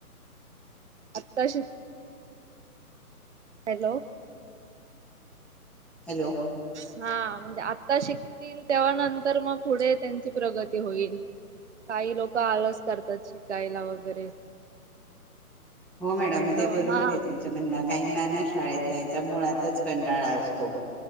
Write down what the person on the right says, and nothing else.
आत्ताशीक हॅलो.
हां, म्हणजे आता शिकतील तेव्हा नंतर मग पुढे त्यांची प्रगती होईल. काही लोक आळस करतात शिकायला वगैरे
आता
हा
आता